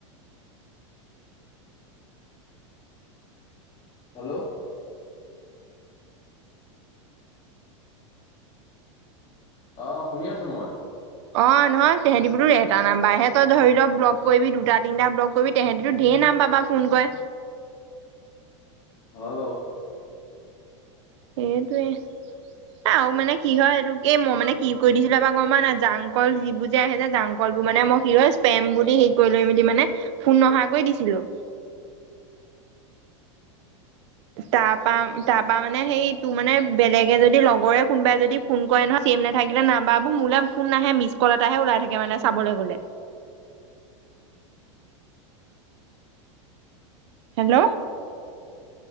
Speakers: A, on the left; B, on the right.
A: হেল্ল'। অ' শুনি আছো মই।
B: অ' নহয় তেহেতি বুলি এটা নাম্বাৰহে ত‌ই ধৰি ল' দুটা তিনিটা ব্লক কৰিবি তেহেঁতিতো ঢেৰ নাম্বাৰ পা ফোন কৰে।
A: হয় বাৰু।
B: সেইটোৱেই। আও আৰু মানে কি হয় এই মই মানে কি কৰি দিছিলো এবাৰ গম পোৱা নাই জাংকল যিবোৰ যে আহে যে জাংকল কলবোৰ মানে মই স্পেম বুলি হেৰি কৰি লৈ মেলি মানে ফোন নহা কৰি দিছিলোঁ। তাৰপা, তাৰপা মানে সেই তোৰ মানে বেলেগে যদি লগৰে কোনবাই যদি ফোন কৰে নহয় চিম নাথাকিলে নাম্বাৰাবোৰ মোলে ফোন নাহে মিছ কল এটাহে ওলাই থাকে মানে চাবলৈ গ'লে। হেল্ল'?